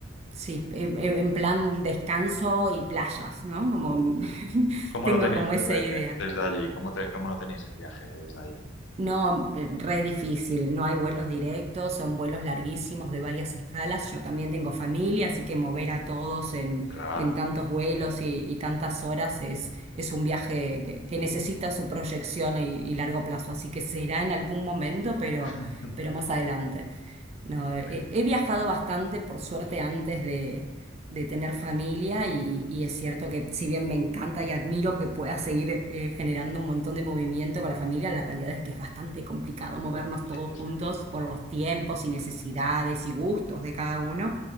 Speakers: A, on the right; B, on the left.
A: Sí, en en- en plan descanso y playas, ¿no? Como <laughs>
B: ¿Cómo
A: tengo
B: lo tenéis
A: como
B: desde,
A: esa idea.
B: desde allí? ¿Cómo te- cómo lo tenéis el viaje desde allí?
A: No, eh, re difícil, no hay vuelos directos, son vuelos larguísimos de varias escalas. Yo también tengo familia, así que mover a todos en,
B: Claro.
A: en tantos vuelos y, y tantas horas es, es un viaje que, que necesita su proyección y, y largo plazo, así que será en algún momento, pero,
B: <laughs>
A: pero más adelante. No, a ver,
B: Muy bien,
A: he, he viajado bastante, por suerte, antes de, de tener familia y, y es cierto que si bien me encanta y admiro que pueda seguir eh, generando un montón de movimiento con la familia, la realidad es que es bastante complicado movernos todos
B: sí, sí,
A: juntos por los tiempos y necesidades y gustos de cada uno.